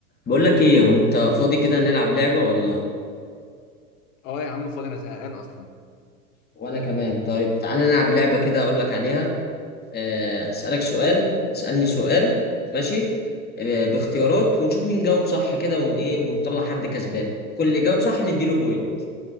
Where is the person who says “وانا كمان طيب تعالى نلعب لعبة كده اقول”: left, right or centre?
Left